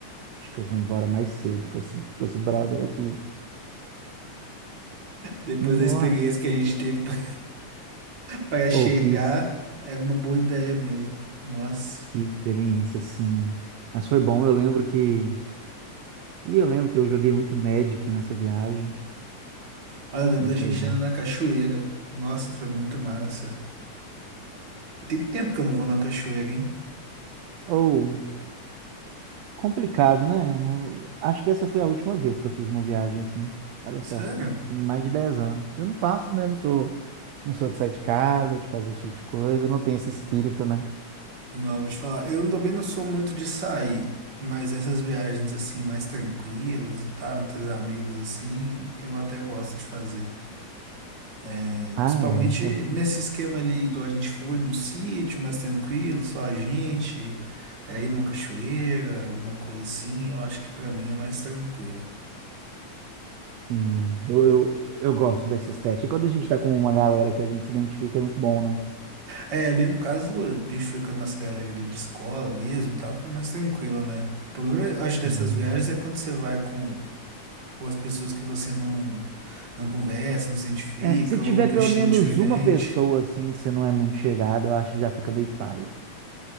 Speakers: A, on the right (about 75°); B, on the right (about 40°).
A: acho que eu vou embora mais cedo com esse, com esse brother aqui.
B: Depois
A: Nossa,
B: da experiência que a gente teve <laughs> para pra chegar,
A: ou que, ex-
B: era uma boa ideia mesmo. Nossa.
A: que experiência, assim. Mas foi bom, eu lembro que... E eu lembro que eu joguei muito Magic nessa viagem.
B: Ah, eu lembro
A: A gente
B: da gente
A: levou...
B: indo na cachoeira. Nossa, foi muito massa. Tem tempo que eu não vou na cachoeira, hein?
A: Ou, Complicado, né? Eu acho que essa foi a última vez que eu fiz uma viagem assim. Olha só,
B: Sério?
A: tem mais de 10 anos. Eu não faço, né? Eu não sou, não sou de sair de casa, de fazer esse tipo de coisa. Eu não tenho esse espírito, né?
B: Não, vou te falar. Eu também não sou muito de sair, mas essas viagens assim, mais tranquilas e tal, entre os amigos, assim, eu até gosto de fazer. É,
A: Ah,
B: principalmente
A: é. é
B: nesse esquema ali, igual a gente foi, num sítio mais tranquilo, só a gente, é, ir numa cachoeira, alguma coisa assim, eu acho que pra mim é mais tranquilo.
A: sim. Eu, eu, eu gosto desses testes. E quando a gente tá com uma galera que a gente se identifica, é muito bom, né?
B: É, ali no caso, a gente foi com a nossa galera ali de escola mesmo e tal, foi mais tranquilo, né? O problema, eu acho,
A: Sim.
B: dessas viagens é quando você vai com, com as pessoas que você não, não conversa, não se identifica,
A: É, se tiver
B: ou do
A: pelo
B: estilo
A: menos
B: diferente.
A: uma pessoa assim que você não é muito chegada, eu acho que já fica bem paia.